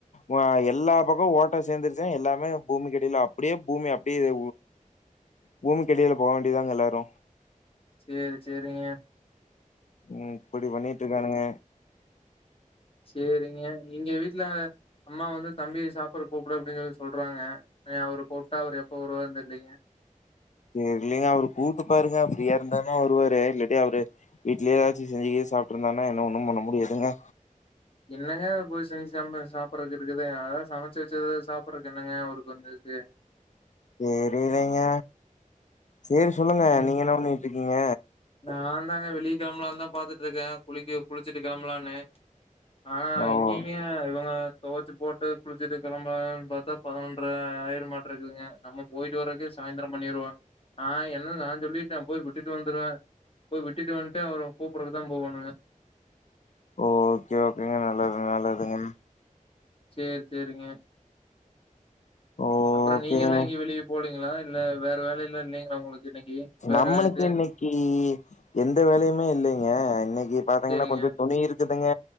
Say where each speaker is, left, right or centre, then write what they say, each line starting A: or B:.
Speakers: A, on the left (about 60°); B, on the left (about 45°).
A: வா எல்லா பக்கோ ஓட்ட சேந்துருச்னா எல்லாமே பூமிக்கடில அப்டியே பூமி அப்டியே பூமிக்கடியில போக வேண்டிதாங்க எல்லாரு
B: சேரி செரிங்க
A: ம் இப்பிடி பண்ணிட்ருக்கானுங்க
B: சேரிங்க இங்க வீட்ல அம்மா வந்து தம்பிய சாப்பட கூப்டு அப்டின் சொல்லி சொல்றாங்க அவுரு கூப்ட்டா அவுரு எப்ப வருவாருன் தெர்லீங்க
A: தெர்லிங்க அவுரு கூப்ட்டு பாருங்க ஃப்ரீயா இருந்தா தா வருவாரு இல்லட்டி அவுரு வீட்லயே எதாச்சு செஞ்சி கின்ஜி சாப்ட்ருந்தானா என்ன ஒன்னும் பண்ண முடியாதுங்க
B: என்னங்க போய் செஞ்சு சம்ப சாப்பறக்கு இருக்குது அதா சமச்சு வச்சது சாப்புறக்கு என்னங்க அவுருக்கு வந்து இது
A: தெரிலங்க சேரி சொல்லுங்க
B: ம்.
A: நீங்க என்ன பண்ணிட்ருக்கீங்க
B: நான் தாங்க வெளிய கெளம்பலான் தா பாத்துட்ருக்க குளிக்க குளிச்சுட்டு கெளம்பலானு ஆ
A: ஓ!
B: இன் னிமே எங்கங்க துவச்சு போட்டு குளிச்சிட்டு கெளம்பலான் பாத்தா பதினொன்ற ஆயிர மாட்றகுக நம்ம போய்ட்டு வரக்கு சாய்ந்த்ரோ பண்ணிருவா ஆ என்னன் நா சொல்லிட்ட போய் விட்டுட்டு வந்துருவ போய் விட்டுட்டு வந்ட்டா அவர கூப்றதுக்கு தா போகணுங்க
A: ஓ ஓகே ஓகேங்க நல்லது நல்லதுங்க
B: சேர் செரிங்க
A: ஓகேங்க.
B: அப்புறோ நீங்கள்லா எங்கயு வெளிய போலீங்களா இல்ல வேற வேலைல்லா இல்லைங்களா உங்களுக்கு இன்னைக்கு வேற
A: நம்மளுக்கு
B: இது
A: இன்னைக்கி எந்த வேலயுமே இல்லைங்க இன்னைக்கு பாத்தங்கன்னா
B: சேரிங்க
A: கொஞ்சோ துணி இருக்குதுங்க